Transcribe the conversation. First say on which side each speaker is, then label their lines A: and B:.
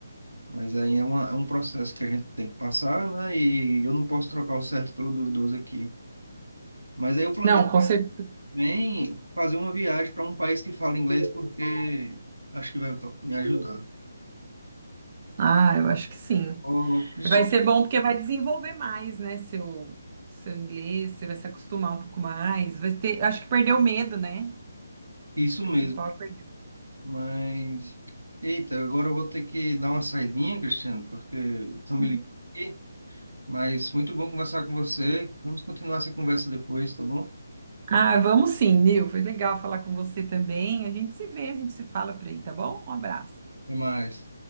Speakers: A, on the right; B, on the right.
A: Mas aí é, uma, é um processo que a gente tem que passar, né? E eu não posso trocar o certo pelo duvidoso aqui. Mas aí eu planejo
B: Não, com certeza.
A: bem fazer uma viagem para um país que fala inglês, porque acho que vai me ajudar.
B: Ah, eu acho que sim.
A: Ô, Cristiano,
B: Vai ser bom porque vai desenvolver mais, né? Seu, seu inglês, você vai se acostumar um pouco mais. Vai ter, acho que perdeu o medo, né?
A: isso
B: O Principal.
A: mesmo,
B: é per-
A: mas eita, agora eu vou ter que dar uma saidinha, Cristiano, porque estão me
B: Uhum.
A: ligando aqui, mas muito bom conversar com você. Vamos continuar essa conversa depois, tá bom?
B: Ah, vamos sim, Nil. Foi legal falar com você também. A gente se vê, a gente se fala por aí, tá bom? Um abraço.
A: Até mais.